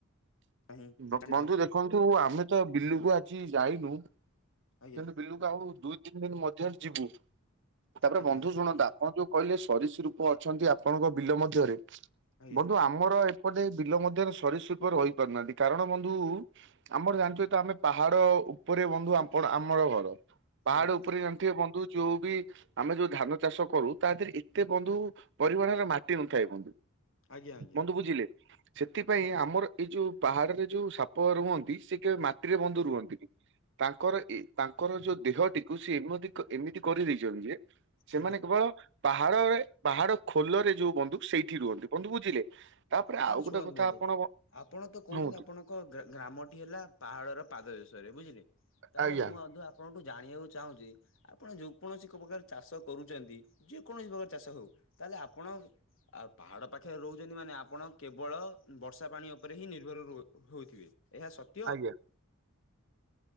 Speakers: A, on the left; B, on the right.
A: ନାହିଁ? ବିଲ
B: ବ-ବନ୍ଧୁ
A: ନାହିଁ
B: ଦେଖନ୍ତୁ ଆମେ ତ ବିଲୁକୁ ଆଜି ଯାଇନୁ।
A: ଆଜ୍ଞା
B: କିନ୍ତୁ ବିଲୁକୁ ଆଉ ଦୁଇ ତିନି ଦିନ ମଧ୍ୟରେ ଯିବୁ ତାପରେ
A: ଆଜ୍ଞା
B: ବନ୍ଧୁ ଶୁଣନ୍ତା। ଆପଣ ଯୋଉ କହିଲେ ସରୀସୃପ ଅଛନ୍ତି ଆପଣଙ୍କ ବିଲ ମଧ୍ୟରେ
A: ଆଜ୍ଞା
B: ବନ୍ଧୁ ଆମର ଏ ପଟେ ବିଲ ମଧ୍ୟ ସରୀସୃପ ରହିପାରୁନାହାନ୍ତି କାରଣ ବନ୍ଧୁ ଆମର ଜାଣିଥିବେ ତ ଆମେ ପାହାଡ ଉପରେ ବନ୍ଧୁ ଆପଣ ଆମର ଘର
A: ଆଜ୍ଞା
B: ପାହାଡ
A: ଆଜ୍ଞା
B: ଉପରେ ଜାଣିଥିବେ ବନ୍ଧୁ। ଯୋଉ ବି ଆମେ ଯୋଉ ଧାନ ଚାଷ କରୁ ତା ଦେହରେ ଏତେ ବନ୍ଧୁ ପରିମାଣରେ ମାଟି ନଥାଏ ବ
A: ଆଜ୍ଞା ଆଜ୍ଞା
B: ବନ୍ଧୁ ବୁଝିଲେ? ସେଥିପାଇଁ ଆମର ଏଇ ଯୋଉ ପାହାଡରେ ଯୋଉ ସାପ ରୁହନ୍ତି ସେ କେବେ ମାଟିରେ ବନ୍ଧ ରୁହନ୍ତିନି। ତାଙ୍କର ଏ ତାଙ୍କର ଯୋଉ ଦେହଟିକୁ ସେ ଏମତି ଏମିତି କରି ଦେଇଚନ୍ତି ଯେ ସେମାନେ
A: ଆଜ୍ଞା।
B: କେବଳ ପାହାଡରେ ପାହାଡ ଖୋଲରେ ଯୋଉ ବନ୍ଧୁ ସେଇଠି ରୁହନ୍ତି ବନ୍ଧୁ ବୁଝିଲେ। ତାପରେ
A: ତାହେଲେ
B: ଆଉ ଗୋଟେ
A: ଶୁଣନ୍ତୁ
B: କଥା
A: ବନ୍ଧୁ
B: ଆପଣ ବ-
A: ଆପଣତ କହୁଚନ୍ତି
B: କୁହନ୍ତୁ।
A: ଆପଣଙ୍କ ଗା-ଗ୍ରାମଟି ହେଲା ପାହାଡ଼ର ପାଦ ଦେ <unintelligible> ବୁଝିଲେ ତାହେଲେ
B: ଆଜ୍ଞା
A: ମୁଁ ବନ୍ଧୁ ଆପଣ ମୁଁ ଜାଣିବାକୁ ଚାହୁଁଚି ଆପଣ ଯୋଉ କୌଣସି ପ୍ରକାର ଚାଷ କରୁଚନ୍ତି ଯେ କୌଣସି ପ୍ରକାର ଚାଷ ହଉ। ତାହେଲେ ଆପଣ ଆ ପାହାଡ ପାଖରେ ରହୁଚନ୍ତି ମାନେ ଆପଣ କେବଳ ବର୍ଷା ପାଣି ଉପରେ ହିଁ ନିର୍ଭର ହୋଉ ହୋଉଥିବେ। ଏହା ସତ୍ୟ।
B: ଆଜ୍ଞା